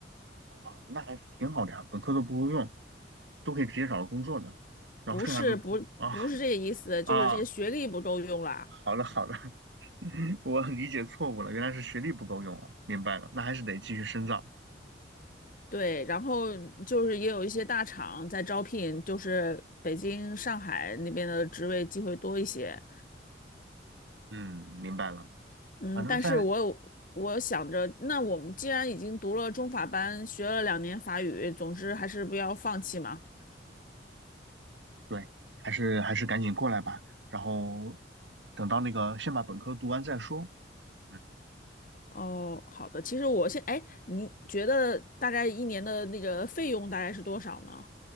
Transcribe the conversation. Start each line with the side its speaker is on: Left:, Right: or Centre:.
Right: 啊，那还是挺好的呀，本科都不够用，都可以直接找到工作的。然后剩下都啊
Left: 不是不不是这个意思，就是这些学历不够用啦。
Right: 啊，好了好了，<laughs> 我理解错误了，原来是学历不够用啊，明白了，那还是得继续深造。
Left: 对，然后就是也有一些大厂在招聘，就是北京、上海那边的职位机会多一些。
Right: 嗯，明白了，
Left: 嗯，
Right: 反正在，
Left: 但是我有我想着，那我们既然已经读了中法班，学了两年法语，总之还是不要放弃嘛。
Right: 对，还是还是赶紧过来吧，然后等到那个先把本科读完再说。嗯。
Left: 哦，好的。其实我现，哎，你觉得大概一年的那个费用大概是多少呢？